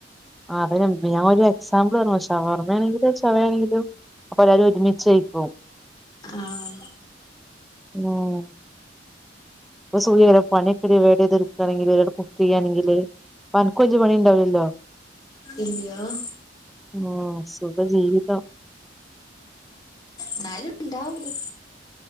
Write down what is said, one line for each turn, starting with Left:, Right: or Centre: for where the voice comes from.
Centre: ആ അതെന്നെ ഞാൻ ഒരു എക്സാമ്പിൾ പർഞ ശവർമാണെങ്കിലും ശവായെണെങ്കിലും അപ്പൊല്ലാരും ഒരുമിച്ചെയ്‌ക്കു
Left: ആഹ്
Centre: <inaudible> പ്പ <unintelligible> പണിയൊക്കെ ഡിവേഡൈത് ഇട്ക്ണെങ്കില് ഒരാള് കുക്കയ്യാണെങ്കില് അൻക്ക് ഒയിഞ പണിണ്ടാവൊല്ലോ
Left: ഇല്യാഹ്
Centre: ഉം സുഖജീവിതം
Left: ന്നാലുണ്ടാകും